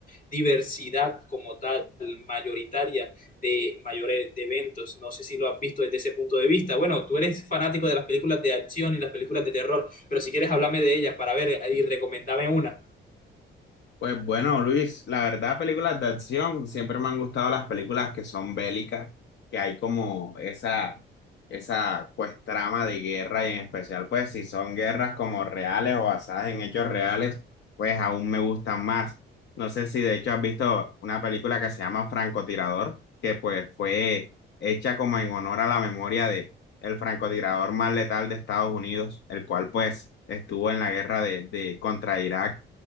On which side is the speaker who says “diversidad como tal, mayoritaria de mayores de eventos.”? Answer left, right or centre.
Left